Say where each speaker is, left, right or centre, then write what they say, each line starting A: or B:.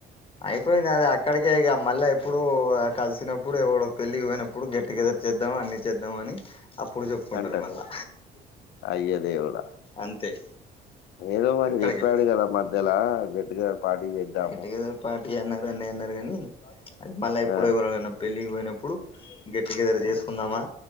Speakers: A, on the left; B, on the left.
A: అయిపోయింది అది అక్కడిక ఇక మళ్ళీ ఎప్పుడు కలిసినప్పుడు ఎవడో పెళ్ళి పోయినప్పుడు గెట్టుగెదర్ చేద్దాం అన్ని చేద్దాం అని అప్పుడు చెప్పుకుంటారు
B: అంటారు.
A: మళ్ళా
B: అయ్య దేవుడా!
A: అంతే
B: ఏదో మరి
A: అక్కడికే
B: చెప్పాడు కదా మధ్యలో గెట్ టుగెదర్ పార్టీ చేద్దాము.
A: గెట్ టుగెదర్ పార్టీ అన్నారు అన్నయ అన్నారు కానీ అది మళ్ళా ఎప్పుడరాల
B: ఆ!
A: పెళ్ళికి పోయినప్పుడు గెట్ టుగెదర్
B: హ్మ్.
A: చేసుకుందామా